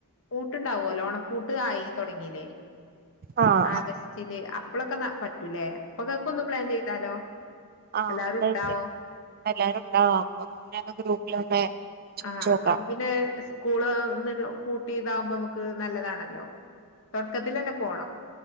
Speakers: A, on the left (about 60°); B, on the right (about 45°).
A: പൂട്ടുണ്ടാവ ലോ ഓണപ്പൂട്ട് ആയി തുടങ്ങീല്ലേ
B: ആഹ്
A: ആഗസ്റ്റില് അപ്പഴൊക്കെ പറ്റൂലേ അപ്പ കേക്കൊ ന്ന് പ്ലാൻ ചെയ്താലോ
B: ആ
A: എല്ലാരും
B: അപ്പക്കെ
A: ഉണ്ടാവോ
B: എല്ലാരും ഉണ്ടാവാ അപ്പൊ ങ്ങനെ അങ്ങെ ഗ്രൂപ്പല് ഒന്ന് ചോദിച്ചു
A: ആ
B: നോക്കാം
A: അപ്പൊ പിന്നെ സ്കൂള്ന്ന് കൂട്ടി ഇതാവുമ്പോ നമുക്ക് നല്ലതാണല്ലോ തൊടക്കത്തിലെന്നെ പോണം